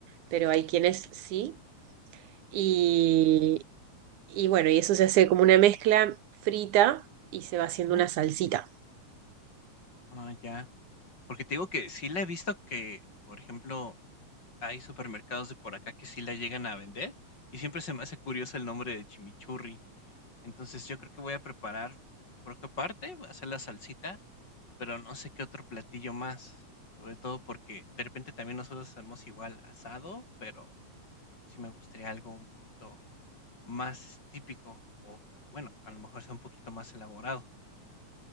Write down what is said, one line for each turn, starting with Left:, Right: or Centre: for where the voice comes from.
Right: pero hay quienes sí. Y, y bueno, y eso se hace como una mezcla frita y se va haciendo
Left: ¿Mm?
Right: una salsita.
Left: Ah, ya. Porque te digo que sí la he visto que, por ejemplo, hay supermercados de por acá que sí la llegan a vender y siempre se me hace curioso el nombre de chimichurri. Entonces yo creo que voy a preparar, por qué parte, voy a hacer la salsita Pero no sé qué otro platillo más, sobre todo porque de repente también nosotros hacemos igual asado, pero sí me gustaría algo un poquito más típico o que, bueno, a lo mejor sea un poquito más elaborado.